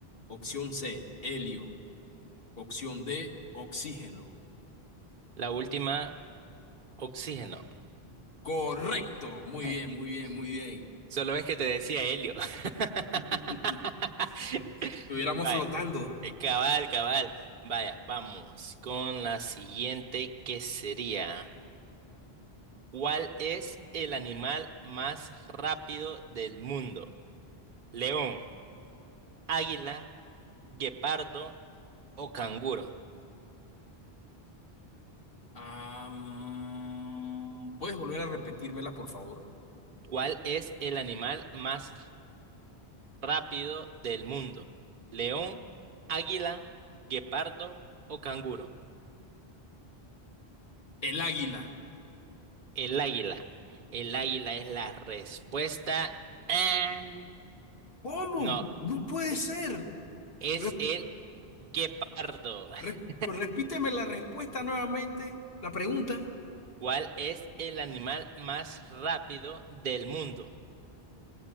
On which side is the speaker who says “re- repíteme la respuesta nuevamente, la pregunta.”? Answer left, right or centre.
Left